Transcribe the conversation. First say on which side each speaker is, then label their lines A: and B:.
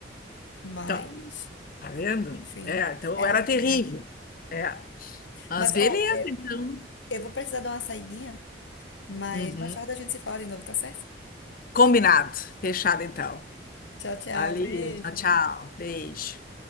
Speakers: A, on the left; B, on the left.
A: mas,
B: tá. Tá vendo?
A: enfim,
B: É, então
A: era
B: eu era
A: muito
B: terrível.
A: bom.
B: É. Mas
A: Mas,
B: beleza,
A: ó, é,
B: então.
A: eu vou precisar dar uma saidinha, mas
B: Uhum.
A: mais tarde a gente se fala de novo, tá certo?
B: Combinado. Fechado, então.
A: Tchau, tchau,
B: Valeu.
A: beijo.
B: Tchau, tchau. Beijo.